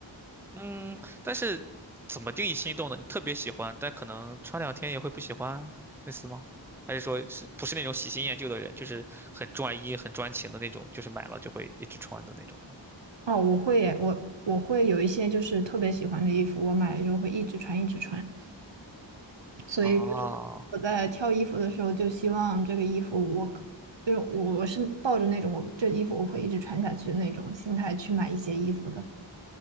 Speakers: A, in the centre; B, on the right (about 65°).
A: 嗯，但是怎么定义心动呢？你特别喜欢，但可能穿两天也会不喜欢，类似吗？还是说是不是那种喜新厌旧的人，就是很专一、很专情的那种，就是买了就会一直穿的那种吗？
B: 哦，我会耶，我我会有一些就是特别喜欢的衣服，我买了之后会一直穿，一直穿。所以就是我在挑衣服的时候，
A: 哦
B: 就希望这个衣服我可就是我我是抱着那种我这衣服我会一直穿下去的那种心态去买一些衣服的。